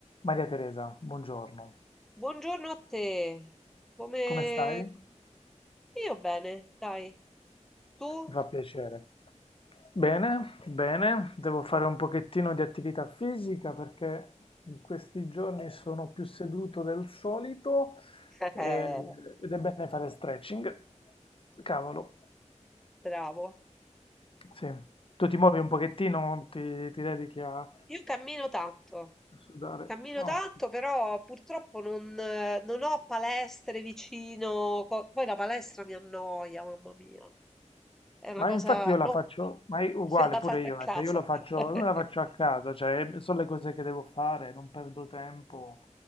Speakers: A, on the left (about 45°); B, in the centre.
A: Maria Teresa, buongiorno.
B: Buongiorno a te. Come
A: Come stai? Mi
B: io bene, dai. Tu?
A: fa piacere. Bene, bene, devo fare un pochettino di attività fisica perché in questi giorni sono più seduto del solito
B: <laughs>
A: eh,
B: Eh,
A: ed è bene fare stretching. Cavolo,
B: bravo.
A: sì. Tu ti muovi un pochettino, ti, ti dedichi a
B: Io cammino tanto.
A: sudare.
B: Cammino
A: No.
B: tanto, però purtroppo non, eh, non ho palestre vicino. co- Poi la palestra mi annoia, mamma mia. È una
A: Ma
B: cosa,
A: infatti io la
B: no,
A: faccio, ma è uguale
B: <laughs> se la
A: pure
B: fai a
A: io,
B: casa.
A: eh, cioè io la faccio,
B: <laughs>
A: non la faccio a casa, cioè sono le cose che devo fare, non perdo tempo,